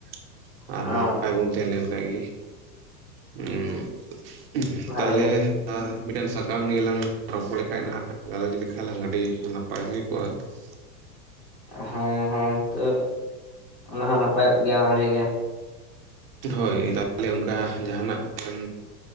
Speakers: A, on the right; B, on the left.
A: ᱾ ᱟᱨ
B: ᱚᱸ
A: ᱱᱟᱯᱟᱭ ᱵᱚᱱ ᱛᱮᱸ ᱞᱮᱱ ᱠᱷᱟᱱ ᱜ ᱦᱩᱸ <inaudible>
B: ᱵᱷᱟᱞᱮ
A: ᱛᱟᱦᱞᱮ,
B: ᱜᱮ
A: <inaudible> ᱢᱤᱴᱮᱱ ᱥᱟᱠᱟᱢ ᱱᱤᱭᱮ ᱞᱟᱝ ᱨᱚᱯᱚᱲ ᱠᱷᱟᱜ ᱱᱟᱦᱟᱜ ᱜᱟᱞᱚᱪ ᱞᱮᱠᱷᱟᱱ ᱞᱟᱝ ᱟᱹᱰᱤ ᱱᱟᱯ ᱯᱟᱭ ᱦᱩᱭ ᱠᱚᱜᱼᱟ ᱾
B: ᱦᱮᱸ ᱦᱮᱸ ᱛᱚ ᱚᱱᱟ ᱦᱚᱸ ᱱᱟᱯᱟᱭᱚᱜ ᱜᱮᱭᱟ ᱵᱷᱟᱞᱮ ᱜᱮ ᱾
A: ᱦᱳᱭ ᱛᱟᱦᱞᱮ ᱚᱝᱠᱟ ᱡᱟᱦᱟᱸᱱᱟᱜ ᱵᱤᱱ